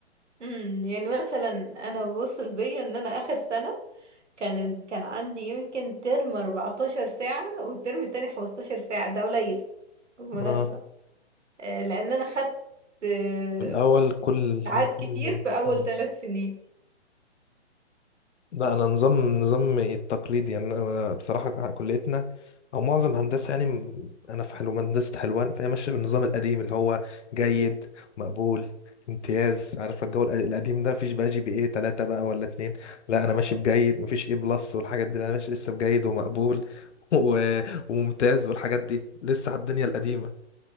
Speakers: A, on the right; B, on the left.
A: امم يعني مثلا انا وصل بيا ان انا اخر سنة كان كان عندي يمكن ترم 14 ساعة والترم التاني 15 ساعة ده قليل بالمناسبة
B: اه
A: آه، لأن أنا خدت آه،
B: في الاول كل
A: ساعات
B: هيكون
A: كتير
B: المواد
A: في أول
B: اه
A: ثلاث سنين
B: لا انا نظام نظام التقليدي يعني انا بصراحه كليتنا او معظم هندسه يعني م- انا في حلو هندسه حلوان فهي ماشيه بالنظام القديم اللي هو جيد مقبول امتياز عارف الجو الق- القديم ده مفيش بقى جي بي ايه 3 بقى ولا 2 لا انا ماشي بجيد مفيش ايه بلس والحاجات دي لا، انا ماشي لسه بجيد ومقبول <laughs> و... وممتاز والحاجات دي لسه على الدنيا القديمه